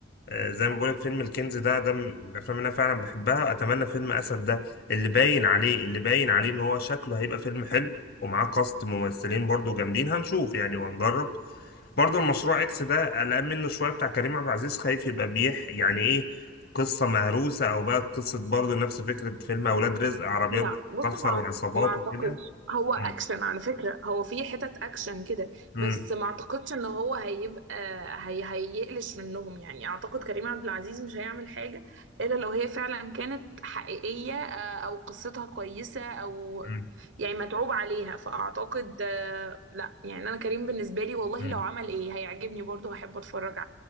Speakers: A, on the left; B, on the right.
A: آه، زي ما بقول لك فيلم الكنز ده ده من الافلام اللي انا فعلا بحبها اتمنى فيلم اسد ده اللي باين عليه اللي باين عليه ان هو شكله هيبقى فيلم حلو ومعاه كاست ممثلين برضو جامدين هنشوف يعني وهنجرب برضه المشروع اكس ده قلقان منه شويه بتاع كريم عبد العزيز خايف يبقى بيح يعني ايه قصه مهروسه او بقى قصه برضه نفس فكره فيلم اولاد رزق عربيات
B: لا بصي
A: كسر
B: ما
A: وعصابات
B: ما اعتقدش
A: وكده
B: هو اكشن
A: مم.
B: على فكرة هو في حتت اكشن كده
A: مم.
B: بس ما اعتقدش ان هو هيبقى هي هيقلش منهم يعني اعتقد كريم عبد العزيز مش هيعمل حاجة الا لو هي فعلا كانت حقيقية آه، او قصتها كويسة او
A: مم.
B: يعني متعوب عليها فاعتقد آه، لا يعني انا كريم بالنسبة لي والله
A: مم.
B: لو عمل ايه هيعجبني برضه هحب اتفرج